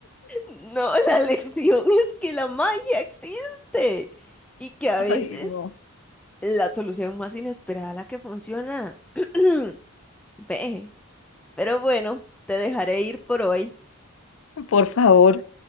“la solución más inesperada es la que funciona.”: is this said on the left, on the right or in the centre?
Centre